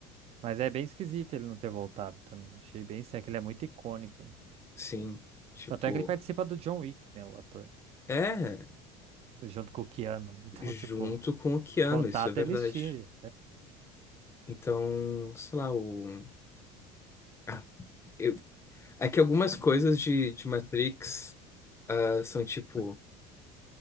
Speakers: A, on the right; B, on the left.
A: Mas é bem esquisito ele não ter voltado também. Achei bem estranho, que ele é muito icônico, né?
B: Sim, tipo,
A: Tanto é que ele participa do John Wick, né? O ator.
B: é
A: Junto com o Keanu. Então,
B: junto
A: <laughs> tipo,
B: com o Keanu,
A: contato
B: isso é verdade.
A: eles tinham.
B: Então, sei lá, o. Ah, eu... É que algumas coisas de, de Matrix ah, são tipo.